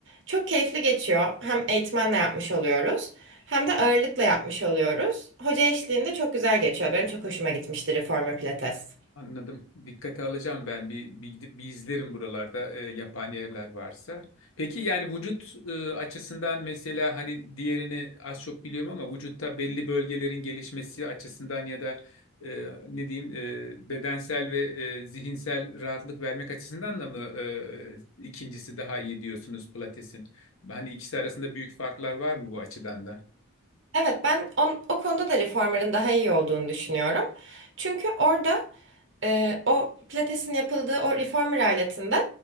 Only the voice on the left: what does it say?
Anladım. Dikkate alacağım ben. Bir, bir gidip bir izlerim buralarda e, yapan yerler varsa. Peki yani vücut e, açısından mesela hani diğerini az çok biliyorum ama vücutta belli bölgelerin gelişmesi açısından ya da e, ne diyeyim e, bedensel ve e, zihinsel rahatlık vermek açısından da mı e, ikincisi daha iyi diyorsunuz Pilates'in? Hani ikisi arasında büyük farklar var mı bu açıdan da?